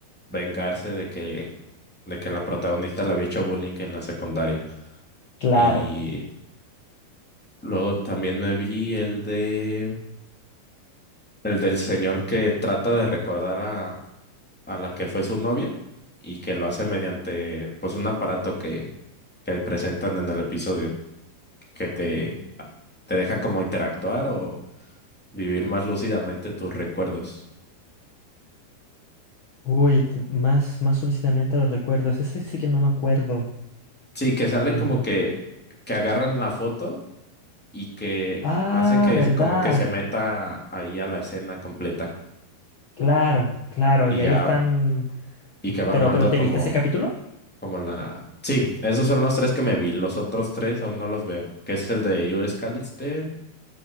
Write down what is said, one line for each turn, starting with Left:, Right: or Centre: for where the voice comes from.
Centre: vengarse de que, de que la protagonista le había hecho bullying en la secundaria.
Left: Claro.
Centre: Y luego también me vi el de, el del señor que trata de recordar a, a la que fue su novia y que lo hace mediante, pues, un aparato que, que presentan en el episodio, que te, te deja como interactuar o vivir más lúcidamente tus recuerdos.
Left: Uy, t- más, más solicitamente los recuerdos. Ese sí sí que no me acuerdo.
Centre: Sí, que sale
Left: Eh,
Centre: como que, que agarran la foto y que
Left: Ah,
Centre: hace que
Left: verdad.
Centre: se- como que se meta ahí a la escena completa
Left: Claro, claro.
Centre: y
Left: Y
Centre: ya,
Left: ahí están.
Centre: y que va
Left: Pero,
Centre: armando
Left: pero ¿te
Centre: como,
Left: viste ese capítulo?
Centre: como la... Sí, esos son los tres que me vi, los otros tres aún no los veo, que es el de Judas Callister,